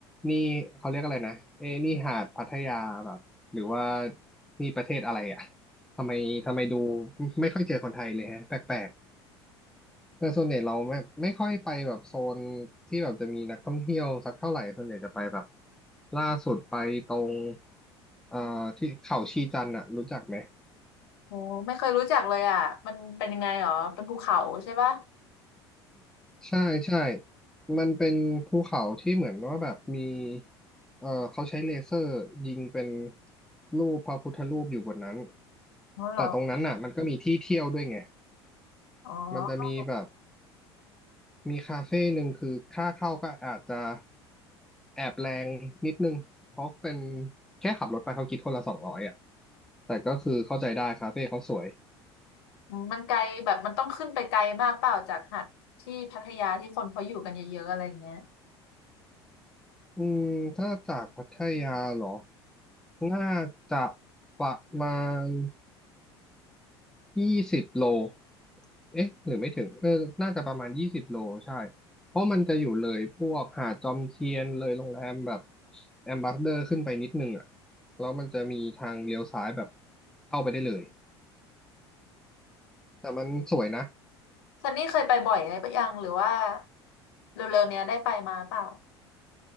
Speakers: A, in the centre; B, on the left.
A: นี่เขาเรียกอะไรนะเอ๊ะนี่หาดพัทยาแบบหรือว่านี่ประเทศอะไรอ่ะทำไมทำไมดูไม่ค่อยเจอคนไทยเลยฮะแปลก แต่ส่วนใหญ่เราไม่ไม่ค่อยไปแบบโซนที่แบบจะมีนักท่องเที่ยวสักเท่าไหร่ส่วนใหญ่จะไปแบบล่าสุดไปตรงเอ่อที่เขาชีจันทร์อะรู้จักไหม
B: โอ้ไม่เคยรู้จักเลยอ่ะมันเป็นยังไงหรอเป็นภูเขาใช่ปะ
A: ใช่ใช่มันเป็นภูเขาที่เหมือนว่าแบบมีเอ่อเขาใช้เลเซอร์ยิงเป็นรูปพระพุทธรูปอยู่บนนั้น
B: อ๋อเหรอ
A: แต่ตรงนั้นอ่ะมันก็มีที่เที่ยวด้วยไง
B: อ๋อ
A: มันจะมีแบบ มีคาเฟ่หนึ่งคือค่าเข้าก็อาจจะแอบแรงนิดนึงเพราะเป็นแค่ขับรถไปเขาคิดคนละสองร้อยอ่ะแต่ก็คือเข้าใจได้คาเฟ่เขาสวย
B: อืมมันไกลแบบมันต้องขึ้นไปไกลมากเปล่าจากหาดที่พัทยาที่คนเขาอยู่กันเยอะๆอะไรอย่างเงี้ย
A: อืมถ้าจากพัทยาเหรอน่าจะประมาณ ยี่สิบโล เอ๊ะ หรือไม่ถึง เออน่าจะประมาณยี่สิบโล ใช่ เพราะมันจะอยู่เลยพวกหาดจอมเทียนเลยโรงแรมแบบแอมบาสเดอร์ขึ้นไปนิดนึงอ่ะ แล้วมันจะมีทางเลี้ยวซ้ายแบบเข้าไปได้เลย แต่มันสวยนะ
B: ซันนี่เคยไปบ่อยไหมปะยังหรือว่าเร็วๆเนี้ยได้ไปมาเปล่า